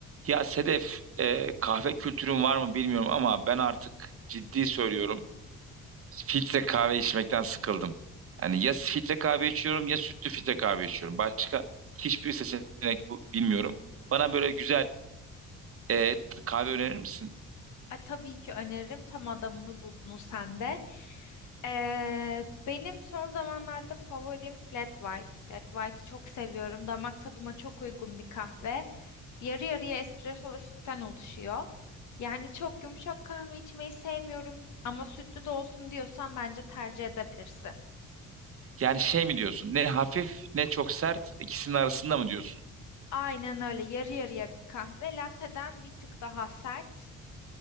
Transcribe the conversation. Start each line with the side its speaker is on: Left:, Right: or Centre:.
Right: Ya Sedef, e, kahve kültürün var mı bilmiyorum ama ben artık ciddi söylüyorum. Filtre kahve içmekten sıkıldım. Yani ya filtre kahve içiyorum ya sütlü filtre kahve içiyorum. Başka hiçbir seçenek bu bilmiyorum. Bana böyle güzel e, kahve önerir misin?
Left: E, tabii ki öneririm. Tam adamını buldunuz sen de. Ee, benim son zamanlarda favorim Flat White. Flat White'i çok seviyorum. Damak tadıma çok uygun bir kahve. Yarı yarıya espresso ve sütten oluşuyor. Yani çok yumuşak kahve içmeyi sevmiyorum ama sütlü de olsun diyorsan bence tercih edebilirsin.
Right: Yani şey mi diyorsun? Ne hafif ne çok sert ikisinin arasında mı diyorsun?
Left: Aynen öyle. Yarı yarıya bir kahve. Latte'den bir tık daha sert.